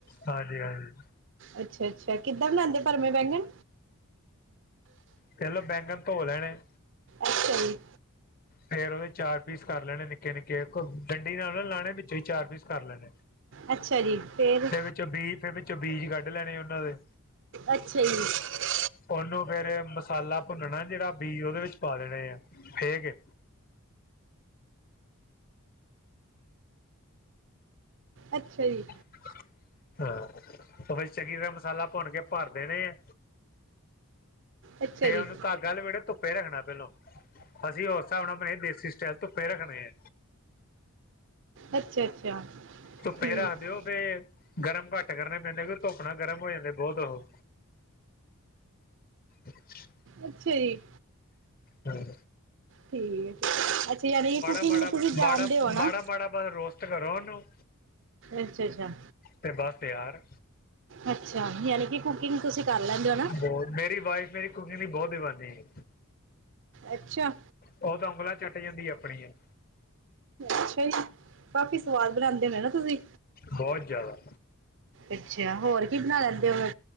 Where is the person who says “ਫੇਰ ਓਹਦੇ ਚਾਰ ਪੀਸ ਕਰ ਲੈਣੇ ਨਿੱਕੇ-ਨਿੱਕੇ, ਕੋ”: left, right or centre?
Left